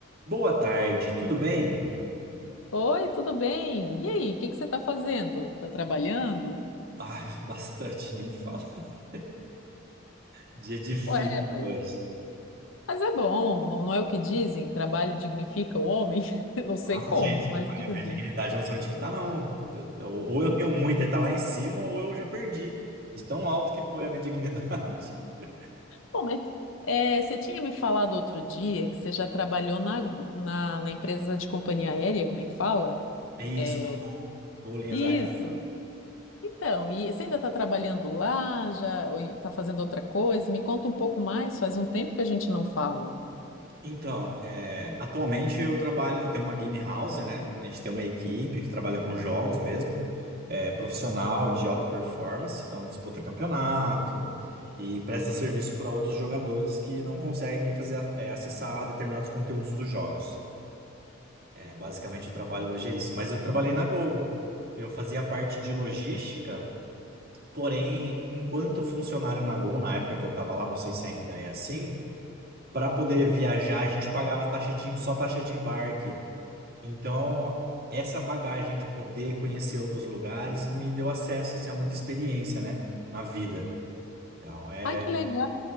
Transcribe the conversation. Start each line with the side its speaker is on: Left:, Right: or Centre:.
Right: Boa tarde, tudo bem?
Left: Oi, tudo bem? E aí, o que que você está fazendo? Está trabalhando?
Right: Ah, bastante, nem me fala. <laughs> Dia difícil
Left: Ué,
Right: hoje.
Left: mas Mas é bom, não, não é o que dizem? Trabalho dignifica o homem? <laughs> Eu não sei
Right: Nossa,
Left: como,
Right: gente,
Left: mas
Right: é
Left: dizem.
Right: a minha dignidade eu não sei onde que tá, não. Eu- eu- Ou eu tenho muita e tá lá em cima, ou eu já perdi. De tão alto que foi a minha dignidade. <laughs>
Left: Bom, mas é, você tinha me falado outro dia que você já trabalhou na, na, na empresa de companhia aérea, como é que fala?
Right: É isso,
Left: É,
Right: na gol. Golinhas
Left: isso.
Right: aéreas.
Left: Então, e você ainda está trabalhando lá, já, ou está fazendo outra coisa? Me conta um pouco mais, faz um tempo que a gente não fala.
Right: Então, é, atualmente eu trabalho, eu tenho uma game house, né? A gente tem uma equipe que trabalha com jogos mesmo, é, profissional de alta performance, então disputa campeonato e presta serviço para outros jogadores que não conseguem fazer, é, acessar determinados conteúdos dos jogos. É, basicamente o trabalho hoje é isso. Mas eu trabalhei na Gol. Eu fazia parte de logística, porém, enquanto funcionário na Gol, na época que eu estava lá, não sei se ainda é assim. Para poder viajar, a gente pagava taxa de, só taxa de embarque. Então, essa bagagem de poder conhecer outros lugares me deu acesso assim, a muita experiência, né, na vida. Então, é.
Left: Ai, que legal!